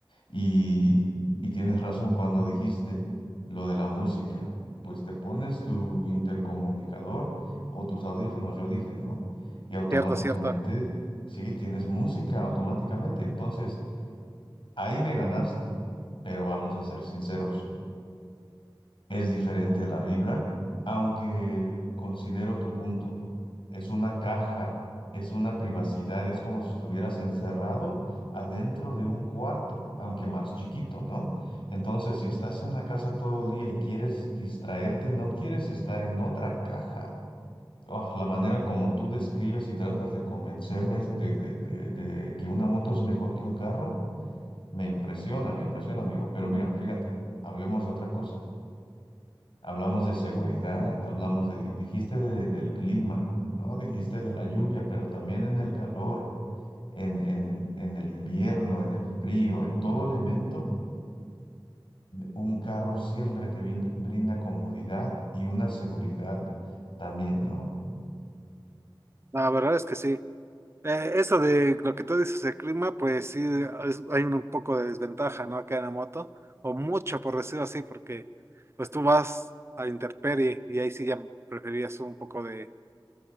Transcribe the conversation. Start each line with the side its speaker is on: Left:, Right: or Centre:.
Left: Y, y tienes razón cuando dijiste lo de la música. Pues te pones tu intercomunicador o tus audífonos, yo dije, ¿no? Y automáticamente,
Right: Cierto, cierto.
Left: sí, tienes música automáticamente. Entonces... Ahí me ganaste, pero vamos a ser sinceros, es diferente la vibra, aunque considero tu punto. Es una caja, es una privacidad, es como si estuvieras encerrado adentro de un cuarto, aunque más chiquito, ¿no? Entonces, si estás en la casa todo el día y quieres distraerte, no quieres estar en otra caja. Oh, la manera como tú describes y tratas de convencerme de de- de- de que una moto es mejor que un carro. Me impresiona, me impresiona, amigo. Pero mira, fíjate, hablemos de otra cosa. Hablamos de seguridad, hablamos de, dijiste de- del clima, ¿no? Dijiste de la lluvia, pero también en el calor, en, en, en el invierno, en el frío, en todo elemento, un carro siempre te brin- brinda comodidad y una seguridad también, ¿no?
Right: La verdad es que sí. Eh, eso de lo que tú dices del clima, pues sí, es- hay un, un poco de desventaja, ¿no? Acá en la moto, o mucho por decirlo así, porque pues tú vas a intemperie y ahí sí ya preferirías un poco de,